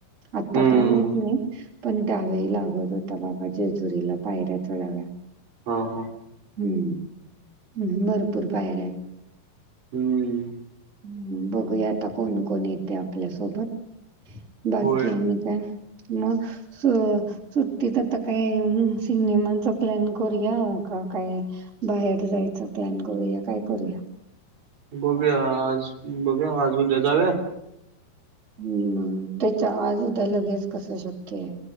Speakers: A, on the right (about 20°); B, on the right (about 60°).
A: आता
B: हम्म
A: काय माहित नाही. पण त्यावेळी लागत होता बाबा जेजुरीला पायऱ्या चढाव्या.
B: हा हा.
A: हम्म ह् भरपूर पायऱ्या आहेत.
B: हम्म.
A: हम्म बघूया आता कोण कोण येतय आपल्यासोबत. ब
B: होय
A: मी काय? म स सुट्टीत आता काय सिनेमांचा प्लॅन करूया का काय? बाहेर जायचं प्लॅन करूया? काय करूया?
B: बघूया आज बघूया आजू उद्या जावूया?
A: हम्म त्याच्या आज उद्या लगेच कस शक्य आहे?